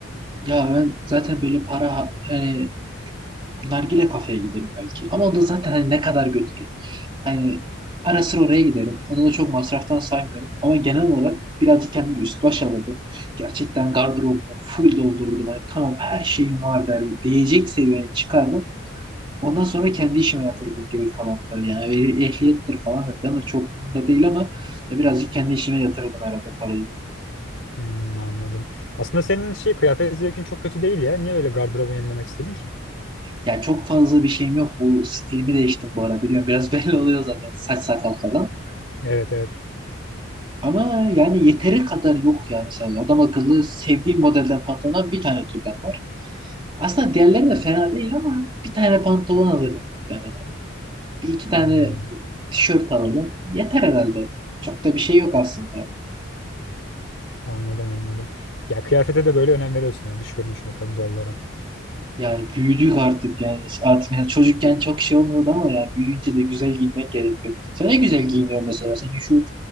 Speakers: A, on the right (about 25°); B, on the left (about 70°).
A: Ya ben zaten böyle para yani nargile kafeye giderim belki. Ama o da zaten hani ne kadar götürür. Hani ara sıra oraya giderim. Onu da çok masraftan saymıyorum. Ama genel olarak birazcık kendime üst baş alırdım. Gerçekten gardırobumu full doldururdum. Hani tamam her şeyim var derdim. Diyecek seviyeye çıkardım. Ondan sonra kendi işime yatırdım geri kalan parayı. Yani eh- ehliyettir falandır falan da çok bunda değil ama ya birazcık kendi işime yatırdım herhalde parayı.
B: Hmm, anladım. Aslında senin şey kıyafet zevkin çok kötü değil ya. Niye böyle gardırobunu yenilemek istedin ki?
A: Ya çok fazla bir şeyim yok. Bu stilimi değiştim bu ara biliyorum. Biraz <laughs> belli oluyor zaten saç sakal falan.
B: Evet evet.
A: Ama yani yeteri kadar yok ya mesela. Adam akıllı sevdiğim modelden pantolon bir tane türden var. Aslında diğerleri de fena değil ama bir tane pantolon alırdım muhtemelen. Bir iki tane
B: Hmm,
A: tişört alırdım. Yeter herhalde. Çok da bir şey yok aslında.
B: anladım anladım. Ya kıyafete de böyle önem veriyorsun yani dış görünüşüne tabii doğal olarak.
A: Yani büyüdük artık yani. Artık yani çocukken çok şey olmuyordu ama ya büyüyünce de güzel giyinmek gerekiyor. Sen ne güzel giyiniyorsun mesela. Senin şu